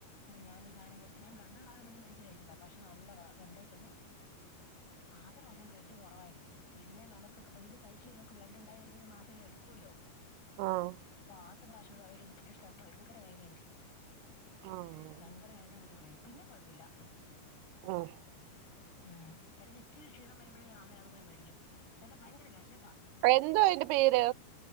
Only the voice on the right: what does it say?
ആഹ്
ആഹ്
ഉം
എന്തു അയിന്റെ പേര്